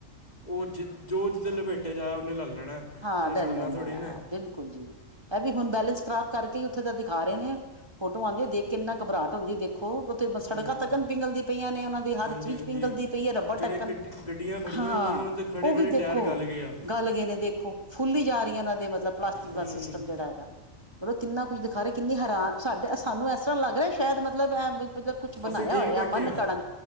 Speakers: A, on the left (about 30°); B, on the right (about 20°).
A: ਓ ਜੀ, ਜੋ ਓਹਦੇ ਲਪੇਟੇ 'ਚ ਆਇਆ, ਓਹਨੇ ਲਾ ਲੈਣਾ।
B: ਹਾਂ,
A: ਉਹਨੇ
B: <inaudible>
A: ਛੱਡਣਾ
B: ਨਾ
A: ਥੋੜੀ
B: ਬਿਲਕੁਲ ਜੀ। ਏਹ ਵੀ ਹੁਣ ਬੈਲੈਂਸ ਖ਼ਰਾਬ ਕਰਕੇ, ਉੱਥੇ ਤਾਂ ਦਿਖਾ ਰਹੇ ਨੇ, ਫੋਟੋ ਆਂਦੀ ਹੈ, ਦੇਖ ਕੇ ਇੰਨਾ ਘਬਰਾਹਟ ਹੁੰਦੀ ਹੈ। ਦੇਖ ਖੋ ਉੱਥੇ ਸੜਕਾਂ
A: ਹੂੰ
B: ਤੀਕਣ ਪਿੰਗਲਦੀ ਪਈਆਂ ਨੇ, ਓਨਾ ਦੀ ਹਰ
A: ਹਾਂਜੀ
B: ਚੀਜ਼
A: ਹਾਂਜੀ
B: ਪਿੰਗਲਦੀ ਪਈ ਹੈ, ਰੱਬੜ
A: ਜਿਹੜੇ
B: ਟੱਕਣ
A: ਗੱਡੀ ਗੱਡੀਆਂ ਖੜੀਆਂ
B: ਹਾਂ,
A: ਹੋਈਆਂ ਨੇ ਉਹਨਾਂ ਦੇ ਖੜੇ
B: ਓ
A: ਖੜੇ
B: ਵੀ
A: ਟਾਇਰ
B: ਦੇਖੋ
A: ਗਲ ਗਏ ਆ
B: ਗੱਲ ਗਏ ਨੇ, ਦੇਖੋ ਫੁੱਲੀ ਜਾ ਰਹੀਆ ਨੇ, ਏਦੇ ਮਤਲਬ ਪਲਾਸਟਿਕ ਦਾ
A: ਹੂੰ ਹੂੰ
B: ਸਿਸਟਮ ਜੇਹੜਾ ਹੈਗਾ। ਮਤਲਬ, ਕਿੰਨਾ ਕੁਝ ਦਿਖਾ ਰਹੇ, ਕਿੰਨੀ ਹੈਰਾਨ ਸਾਡੇ ਸਾਨੂੰ ਇਸ ਤਰ੍ਹਾਂ ਲੱਗ ਰਿਹਾ, ਸ਼ਾਇਦ ਮਤਲਬ ਐ ਮਤਲਬ ਕੁਛ ਬਣਾਇਆ
A: ਅਸੀਂ ਠੀਕ
B: ਹੋਇਆ
A: ਬੈਠੇ
B: ਮਨ
A: ਹਾਂ,
B: ਘੜਨ